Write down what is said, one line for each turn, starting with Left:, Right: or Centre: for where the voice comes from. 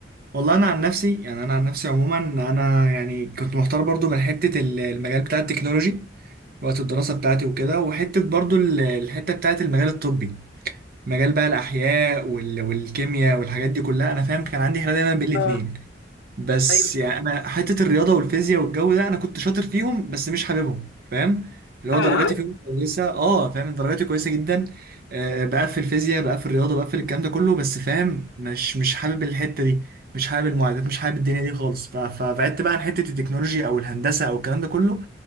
Right: والله انا عن نفسي يعني انا عن نفسي عموما انا يعني كنت محتار برضو من حته ال- المجال بتاع التكنولوجي وقت الدراسه بتاعتي وكده وحته برضو ال- الحته بتاعت المجال الطبي مجال بقى الاحياء وال- والكيمياء والحاجات دي كلها انا فاهم كان عندي حاله دايما بين الاتنين
Left: آه
Right: بس
Left: أيوه
Right: يعني انا حته الرياضه والفيزياء والجو ده انا كنت شاطر فيهم بس مش حاببهم فاهم اللي
Left: اه
Right: هو درجاتي فيهم كويسه اه فاهم درجاتي كويسه جدا آه بقفل فيزياء بقفل رياضه بقفل الكلام ده كله بس فاهم مش مش حابب الحته دي مش حابب المعادلات مش حابب الدنيا دي خالص ف- فبعدت بقى عن حته التكنولوجيا او الهندسه او الكلام ده كله